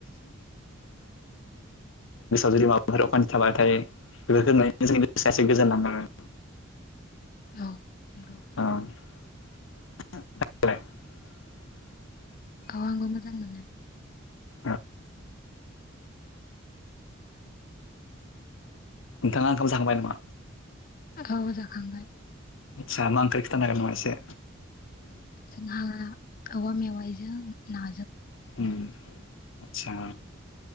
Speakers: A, on the left (about 75°); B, on the left (about 45°).
A: जुदि माबाफोर अखान्थि थाबायथाय बेफोरखौ नुनानै गोजोन नांङो आरो
B: औ नोंगौ
A: अ <unintelligible>
B: औ आंबो मोजां मोनो
A: औ नोंथाङा ओंखाम जाखांबाय नामा
B: औ जाखांबाय
A: आटसा मा ओंख्रि खिथानो हागोन नामा एसे
B: जोंहा औवा मेवाय जों ना
A: उम आदसा